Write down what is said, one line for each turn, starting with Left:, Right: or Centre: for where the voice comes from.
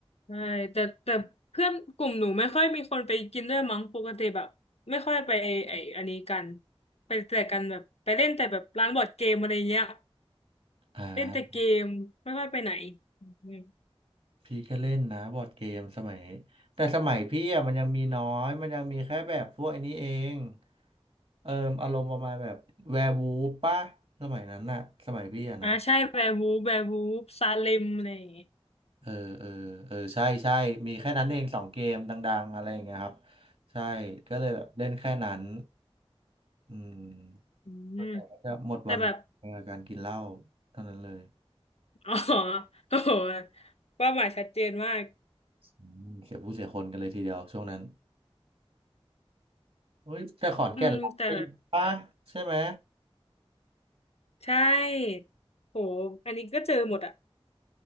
Left: ใช่แต่แต่เพื่อนกลุ่มหนูไม่ค่อยมีคนไปกินด้วยมั้งปกติแบบไม่ค่อยไปไอ้อันนี้กันไปแต่กันแบบไปเล่นแต่แบบร้านบอร์ดเกมอะไรเงี้ย
Right: อ่า
Left: เล่นแต่เกมไม่ค่อยไปไหนอืม
Right: พี่ก็เล่นนะบอร์ดเกมสมัยแต่สมัยพี่อ่ะมันยังมีน้อยมันยังมีแค่แบบพวกไอันนี้เองเอออารมณ์ประมาณแบบแวร์วูฟป่ะสมัยนั้นน่ะสมัยพี่อ่ะนะ
Left: อ่าใช่แวร์วูฟแวร์วูฟซาเลมอะไรอย่างเงี้ย
Right: เออเออเออใช่ใช่ มีแค่นั้นเองสองเกมดังๆอะไรอย่างเงี้ยครับใช่ก็เลยแบบเล่นแค่นั้นอืม
Left: อืม
Right: จะหมดวัน
Left: แต่แบบ
Right: กับการกินเหล้าเท่านั้นเลย
Left: <laughs> อ๋อโอ้โหเป้าหมายชัดเจนมาก
Right: อืมเสียผู้เสียคนกันเลยทีเดียวช่วงนั้นเฮ้ยแต่ขอนแก่นรักได้อยู่ปะใช่ไหม
Left: อืมแต่ใช่โหอันนี้ก็เจอหมดอ่ะ